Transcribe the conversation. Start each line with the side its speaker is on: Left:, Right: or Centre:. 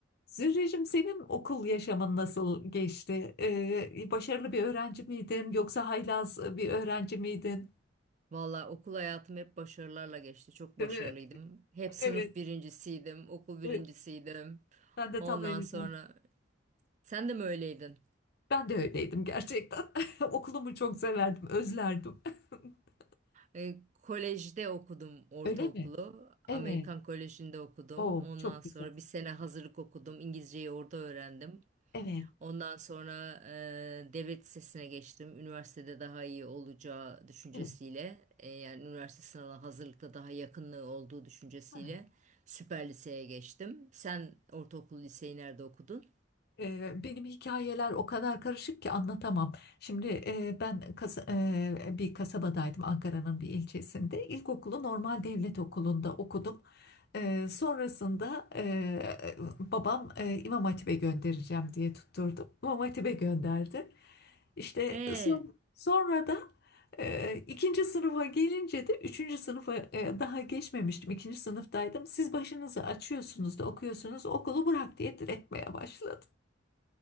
Left: Zührecim senin okul yaşamın nasıl geçti? Ee, başarılı bir öğrenci miydin yoksa haylaz e, bir öğrenci miydin?
Right: Valla okul hayatım hep başarılarla geçti. Çok
Left: Değil
Right: başarılıydım.
Left: mi?
Right: Hep sınıf
Left: Evet,
Right: birincisiydim, okul birincisiydim.
Left: evet. Ben de
Right: Ondan
Left: tam öyle.
Right: sonra sen de mi öyleydin?
Left: Ben de öyleydim gerçekten. <laughs> Okulumu çok severdim, özlerdim. <laughs>
Right: E, kolejde okudum ortaokulu.
Left: Öyle mi? Evet.
Right: Amerikan Koleji'nde okudum.
Left: Oo,
Right: Ondan
Left: çok
Right: sonra
Left: güzel.
Right: bir sene hazırlık okudum. İngilizceyi orada öğrendim.
Left: Evet,
Right: Ondan sonra e, devlet lisesine geçtim. Üniversitede daha iyi olacağı düşüncesiyle,
Left: evet.
Right: e, yani üniversite sınavına hazırlıkta daha yakınlığı olduğu düşüncesiyle
Left: Ha.
Right: süper liseye geçtim. Sen ortaokul liseyi nerede okudun?
Left: Eee, Benim hikayeler o kadar karışık ki anlatamam. Şimdi eee, ben kasa- eee, bir kasabadaydım Ankara'nın bir ilçesinde. İlkokulu normal devlet okulunda okudum. Eee, sonrasında eee, babam eee, İmam Hatip'e göndereceğim diye tutturdum. İmam Hatip'e gönderdi. İşte
Right: E,
Left: son- sonra da e, ikinci sınıfa gelince de üçüncü sınıfa e, daha geçmemiştim. İkinci sınıftaydım. Siz başınızı açıyorsunuz da okuyorsunuz okulu bırak diye diretmeye başladı.